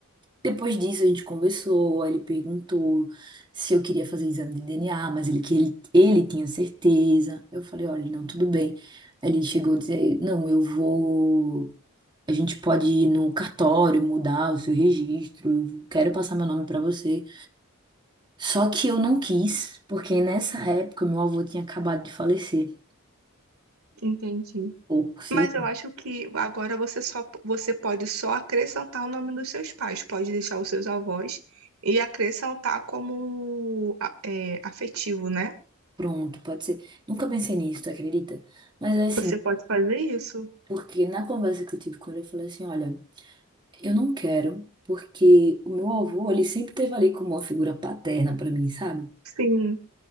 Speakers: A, on the right (about 20°); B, on the right (about 80°).
A: Depois disso a gente conversou, aí ele perguntou se eu queria fazer exame de DNA, mas ele que ele, ele tinha certeza. Eu falei, olha, não, tudo bem. Aí ele chegou a dizer, não, eu vou. A gente pode ir no cartório, mudar o seu registro, eu quero passar meu nome pra você. Só que eu não quis, porque nessa época meu avô tinha acabado de falecer.
B: entendi.
A: Ou que sei,
B: Mas eu acho que agora você só você pode só acrescentar o nome dos seus pais, pode deixar os seus avós e acrescentar como a- é, afetivo, né?
A: pronto, pode ser. Nunca pensei nisso, tu acredita? Mas é assim,
B: Você pode fazer isso?
A: porque na conversa que eu tive com ele, eu falei assim, olha, eu não quero, porque o meu avô, ele sempre teve ali como uma figura paterna pra mim, sabe?
B: Sim.